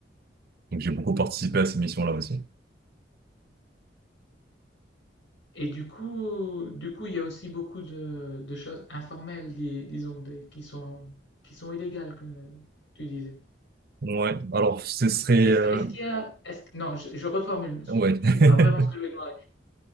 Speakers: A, on the right; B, on the left.
A: Donc j'ai beaucoup participé à ces missions-là aussi.
B: Et du coup, du coup, il y a aussi beaucoup de, de choses informelles, dis- disons, des- qui sont, qui sont illégales, comme tu disais.
A: Ouais, alors ce serait...
B: Est-ce
A: euh,
B: que- est-ce qu'il y a, est-ce que- non, je, je reformule,
A: Ouais,
B: c'est
A: <laughs>
B: pas vraiment ce que je voulais demander.